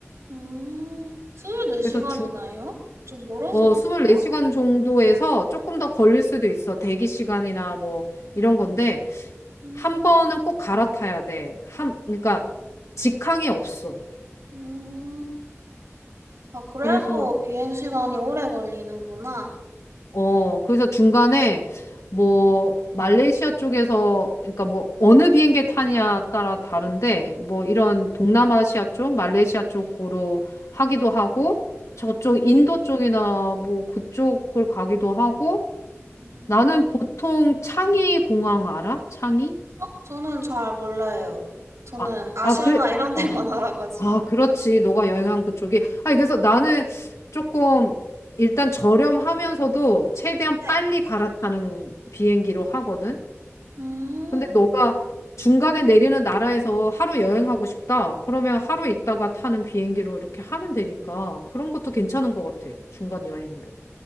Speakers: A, on the right (about 85°); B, on the left (about 85°).
A: 음, 24시간이나요?
B: 그래서
A: 좀 멀어서
B: 어,
A: 그래요
B: 24시간 정도에서 조금 더 걸릴 수도 있어. 대기 시간이나 뭐 이런 건데
A: 음,
B: 한 번은 꼭 갈아타야 돼. 한 그러니까 직항이 없어.
A: 음. 아, 그래서
B: 그래서
A: 비행시간이 오래 걸리는구나.
B: 어, 그래서 중간에 뭐 말레이시아 쪽에서 그러니까 뭐 어느 비행기 타냐에 따라 다른데 뭐 이런 동남아시아 쪽, 말레이시아 쪽으로 하기도 하고 저쪽
A: 음.
B: 인도 쪽이나 뭐 그쪽을 가기도 하고
A: 음,
B: 나는 보통 창의 공항 알아? 창의?
A: 어, 저는 잘 몰라요. 저는
B: 아,
A: 아시아나
B: 아, 그래.
A: 이런 데만
B: 아,
A: <laughs> 알아가지고.
B: 아, 그렇지. 너가 여행한 그쪽이. 아니, 그래서 나는 조금 일단 저렴하면서도 최대한
A: 네.
B: 빨리 갈아타는 비행기로 하거든.
A: 음,
B: 근데 너가 중간에 내리는 나라에서 하루 여행하고 싶다. 그러면 하루 있다가 타는 비행기로 이렇게 하면 되니까 그런 것도 괜찮은 것 같아. 중간 여행으로.